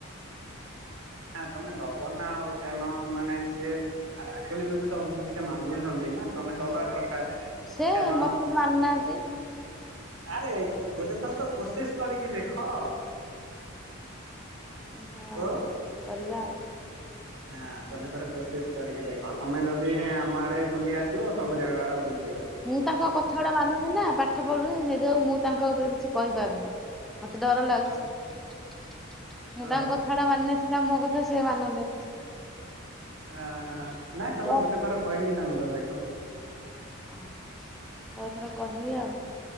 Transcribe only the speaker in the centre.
ସେ
ମତେ ମାନୁନାହାନ୍ତି।
ହଁଅ-ଅ-ଅ
କରିବା ଆଉ।
ମୁଁ ତାଙ୍କ କଥାଗୁଡା ମାନୁନି ନା ପାଠ ପଢୁନି ସେଥିପାଇଁ ମୁଁ ତାଙ୍କ ଉପରେ କିଛି କହିପାରୁନି। ମତେ ଡର ଲାଗୁଛି,
ମୁଁ
ତାଙ୍କ କଥାଟା ମାନିଲେ ସିନା ମୋ କ କଥା ସେ ମାନନ୍ତେ।
ଆଉ
ଓହୋ। ଯଉ ଏଥର କହିବି ଆଉ।